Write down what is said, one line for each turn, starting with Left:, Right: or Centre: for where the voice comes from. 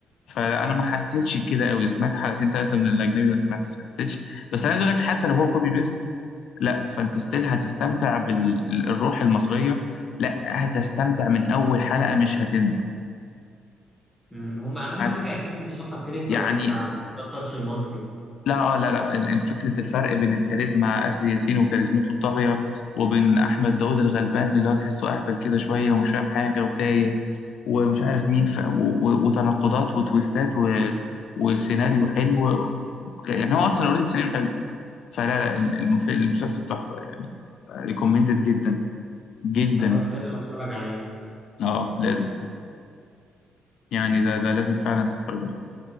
Left: فانا ما حسيتش بكده قوي سمعت حلقتين ثلاثه من الاجنبي ما سمعتش حسيتش بس انا عايز اقول لك حتى لو هو كوبي بيست لا فانت ستيل هتستمتع بالروح المصريه لا هتستمتع من اول حلقه مش هتندم
Centre: مم. هم اهم
Left: هتتبسط
Centre: حاجة اكيد ان هم حاطين التاتش
Left: يعني
Centre: بتاعنا هو التاتش المصري
Left: لا اه لا لا ال- الفكرة الفرق بين الكاريزما آسر ياسين وكاريزمته الطاغية وبين أحمد داوود الغلبان اللي هو تحسه أهبل كده شوية ومش فاهم حاجة وتايه ومش عارف مين ف... و... و- وتناقضات وتويستات و... والسيناريو حلو يعني هو أصلا أوريدي السيناريو حلو فلا لا ال- المف... المسلسل تحفة يعني ريكومندد جدا جدا
Centre: خلاص لازم اتفرج عليه
Left: اه لازم يعني ده ده لازم فعلا تتفرج عليه